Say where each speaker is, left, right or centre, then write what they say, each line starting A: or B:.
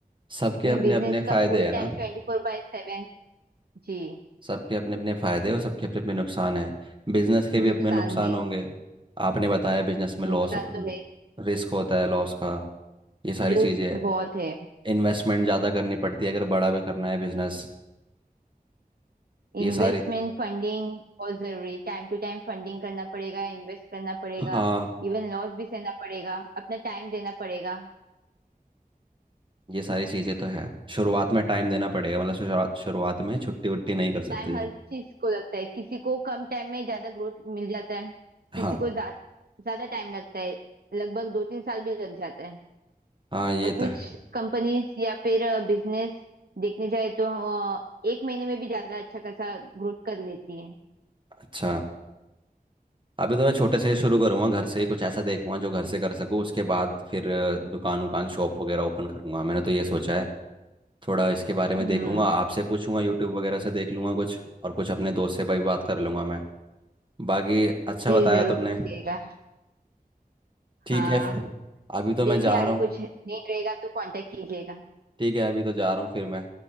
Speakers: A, on the right (about 30°); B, on the right (about 80°).
A: सबके अपने
B: बिजनेस
A: अपने
B: का
A: फायदे
B: फुल
A: है
B: टाइम
A: ना
B: ट्वेंटी फोर बाय सेवन जी
A: सबके अपने अपने फायदे और सबके अपने अपने नुकसान है बिजनेस के भी
B: नुकसान
A: अपने नुकसान
B: है
A: होंगे आपने बताया बिजनेस में लॉस
B: नुकसान तो है
A: रिस्क होता है लॉस का ये सारी
B: रिस्क
A: चीज़ें
B: बहुत है
A: इन्वेस्टमेंट ज़्यादा करनी पड़ती है अगर बड़ा भी करना है बिजनेस ये
B: इन्वेस्टमेंट
A: सारी
B: फंडिंग बहुत जरूरी टाइम टू टाइम फंडिंग करना पड़ेगा इन्वेस्ट करना पड़ेगा
A: हाँ
B: इवन लॉस भी सहना पड़ेगा अपना टाइम देना पड़ेगा
A: ये सारी चीज़ें तो है शुरुआत में टाइम देना पड़ेगा मतलब शुरुआत शुरुआत में छुट्टी वुट्टी नहीं कर सकते
B: टाइम
A: जैसे
B: हर चीज को लगता है किसी को कम टाइम में ज्यादा ग्रोथ मिल जाता है
A: हाँ
B: किसी को ज्या- ज्यादा टाइम लगता है लगभग दो तीन साल भी लग जाता है
A: हाँ ये
B: और
A: तो
B: कुछ
A: है
B: कंपनीज या फिर बिजनेस देखने जाए तो अ, एक महीने में भी ज्यादा अच्छा खासा ग्रोथ कर लेती है
A: अच्छा अभी तो मैं छोटे से शुरू करूँगा घर से ही कुछ ऐसा देखूंगा जो घर से कर सकूँ उसके बाद फिर अ, दुकान उकान शॉप वगैरह ओपन करूँगा मैंने तो ये सोचा है थोड़ा इसके बारे में
B: हम्म
A: देखूंगा आपसे पूछूंगा यूट्यूब वगैरह से देख लूंगा कुछ और कुछ अपने दोस्त से भाई बात कर लूंगा मैं बाकी अच्छा
B: जी
A: बताया
B: जरूर
A: तुमने
B: पूछिएगा
A: ठीक
B: हाँ
A: है फिर अभी तो मैं
B: देखिए
A: जा
B: आगे
A: रहा हूँ
B: कुछ नीड रहेगा तो कांटेक्ट कीजिएगा
A: ठीक है अभी तो जा रहा हूँ फिर मैं